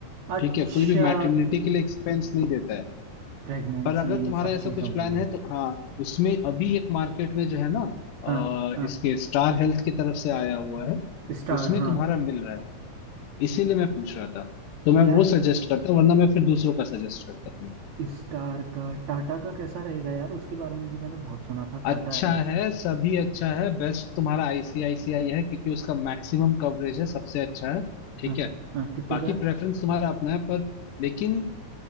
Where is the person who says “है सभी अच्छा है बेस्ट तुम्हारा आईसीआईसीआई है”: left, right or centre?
Left